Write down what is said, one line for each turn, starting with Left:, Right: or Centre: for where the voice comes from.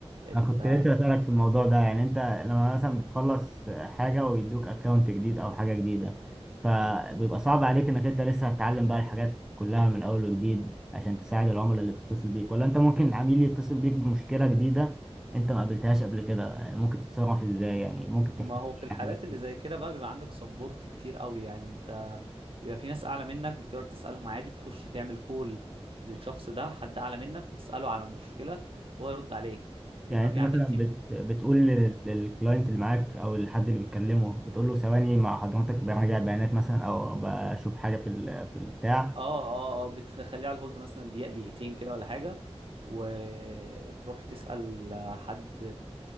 Right: ال-
Centre: انا كنت لسه بسألك في الموضوع ده يعني انت لما مثلا بتخلص حاجة ويدوك اكونت جديد او حاجة جديدة فبيبقى صعب عليك انك انت لسه هتتعلم بقى الحاجات كلها من اول وجديد عشان تساعد العملاء اللي بتتصل بيك ولا انت ممكن عميل يتصل بيك بمشكلة جديدة انت ما قابلتهاش قبل كده يعني ممكن تتصرف ازاي يعني ممكن تحكي
Right: ما هو
Centre: لي
Right: في الحالات
Centre: عن الحاجات
Right: اللي
Centre: دي
Right: زي كده بقى بيبقى عندك سبورت كتير قوي يعني انت بيبقى في ناس اعلى منك بتقدر تسألهم عادي بتخش تعمل كول للشخص ده حد اعلى منك وتسأله على المشكلة وهو يرد عليك بيبقى
Centre: يعني انت
Right: في
Centre: مثلا
Right: عندك تيم
Centre: بت... بتقول لل- للكلاينت اللي معاك او الحد اللي بتكلمه بتقول له ثواني مع حضرتك براجع بيانات مثلا او بشوف حاجة في ال... في البتاع
Right: اه اه اه بتخليه على الهولد مثلا دقيقة دقيقتين كده ولا حاجة وتروح تسأل حد